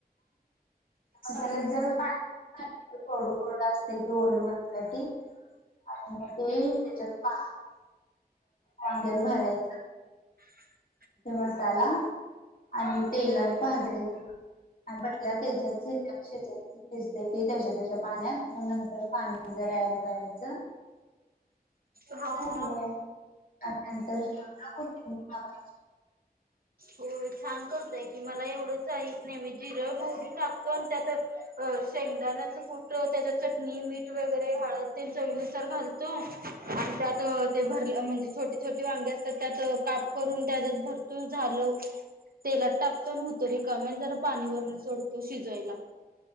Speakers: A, on the left (about 60°); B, on the right (about 65°).
A: मसाल्यात जरा पाणी घालायचं कोरडं कोरडं असते ते ओलवण्यासाठी आणि म ते त्याच्यात वांग्यात भरायचं.
B: <unintelligible>
A: ते मसाला आणि तेलात भाजायचे आणि पहिला त्याच्यात शिजत शिजत त्याच्या त्याच्या पाण्यात म नंतर पाणी जरा ऍड करायचं
B: हा
A: झालं
B: हा.
A: मग आणि नंतर कोथिंबीर टाकायची.
B: होय छान करतय की मला एवढंच जाईत नाही मी जिरं मोहरी टाकतो. प त्यात शेंगदाण्याचं कुट, त्याच्या चटणी, मीठ वगैरे हळद ते चवीनुसार घाला आणि त्यात ते घट म्हणजे छोटे छोटे वांगे असतात त्यात काप करून त्याजात भर तू झाल तेलात टाकतो होतो रिकामेच पाणी वरन सोडतो शिजवायला.